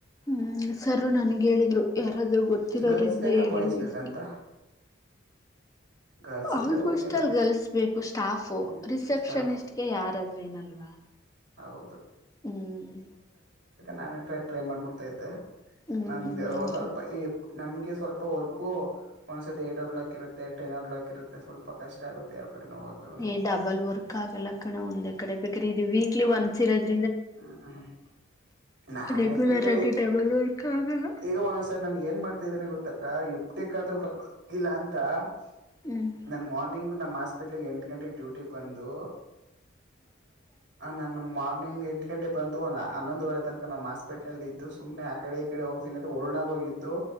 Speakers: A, on the left (about 15°); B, on the right (about 60°).
A: ಹ್ಮ್ ಸರು ನನ್ಗೆ ಹೇಳಿದ್ರು ಯಾರಾದ್ರರು ಗೊತ್ತಿರೋರು
B: ಗರ್ಲ್ಸ್
A: ಇದ್ರೆ
B: ಬೇಕಾ
A: ಹೇಳಿ
B: ಬಾಯ್ಸ್
A: ಮಳಿಸಿ
B: ಬೇಕಂತ ಗರ್ಲ್ಸ್ ಇದ್ರೆ
A: ಆಲ್ಫಸ್್ಟಲ್
B: ಓಕೆ ಅಲ್ಲ
A: ಗಲ್ಸ್ ಬುಸ್ ಸ್ಟಾಫೋ
B: ಹ್ಮ್
A: ರಿಸೆಪ್ಷನಿಸ್ಟ್ಗೆ
B: ಸ್ಟಾಫ್
A: ಯಾರಾದ್ರ ನಲ್ವಾ
B: ಹೌದು
A: ಹ್ಮ್
B: ನಾನ ಟ್ರೈ ಮಾಡ್ಿಡ್ತ ಇದ್ದತೆ
A: ಹ್ಮ್
B: ನಮ್ದ
A: ಇಲ್ಲ
B: ಸ್ವಲ್ಪ ನಮ್ಗೆ ಸ್ವಲ್ಪ ವರ್ಕು ಒಂದ್ಸತಿ ಏಟು ಕ್ಲಾಕ್ ಇರುತ್ತೆ ಟೆನ್ ಕ್ಲಾಕ್ ಇರುತ್ತೆ ಸ್ವಲ್ಪ ಕಷ್ಟ ಆಗುತ್ತೆ ಆ ಕಡೆ ನೋದು
A: ಹೇ ಡಬಲ್ ವರ್ಕ್ ಆಗಲ್ಲ ಕಣೋ ಒಂದ ಕಡೆ ಬೇಕ್ರೆ ಇ ವೀಕ್ಲಿ ಒನ್ <unintelligible>
B: ಹ್ಮ್ ಹ್ಮ್ ನಾನ
A: ರೆಗ್ಯುಲರ್
B: ಈಗ
A: ಆಗಿ ಡಬಲ್ ವರ್ಕ್ ಆಗಲ್ಲ
B: ಈಗ ಒಂದೊಂದ್ಸರಿ ನಾನು ಏನ್ ಮಾಡ್ತಾದ್ದೀನಿ ಗೊತ್ತ <unintelligible> <unintelligible> ಇಲ್ಲ ಅಂತ <unintelligible>
A: ಹ್ಮ್
B: ನನ್ನ ಮಾರ್ನಿಂಗ್ ನಮ್ಮ ಹಾಸ್ಪಿಟಲ್ ಎಂಟು ಗಂಟೆಗೆ ಡ್ಯೂಟಿ ಬಂದು ನನ್ ಮಾರ್ನಿಂಗ್ ಎಂಟು ಗಂಟೆ ಬಂದು ಒಂದು ಹನ್ನೊಂದುವರೆ ತನಕ ನಮ್ಮ್ ಹಾಸ್ಪಿಟ್ಲ್ ಇದ್ದು ಸುಮ್ನೆ ಆ ಕಡೆ ಈ ಕಡೆ ಹೋಗ್ತೀನಿ ವರುಳು ಹೋಗಿದ್ದು